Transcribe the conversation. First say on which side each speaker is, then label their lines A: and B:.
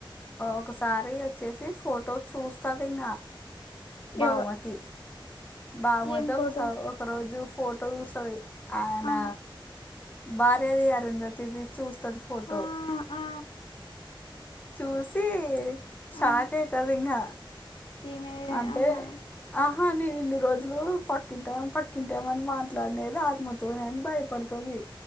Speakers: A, on the left (about 20°); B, on the left (about 70°).
A: ఒకసారి వచ్చేసి ఫోటో చూస్తాది ఇంకా బాగ్
B: ఎవ
A: మతి బాగ్ మతి
B: ఏం
A: ఒకస
B: ఫోటో
A: ఒక రోజు ఫోటో చూస్తది ఆయన
B: ఆ
A: భార్యది అరుంధతిది చూస్తది ఫోటో
B: ఆ ఆ
A: చూసి షాక్
B: ఆ
A: అయితది ఇంగా
B: ఈమె
A: అంటే
B: ఆహా
A: ఆహా నేన్ రోజులు పక్కింటాం పక్కింటాం అని మాట్లాడినేది ఆత్మతోనే అని భయపడతది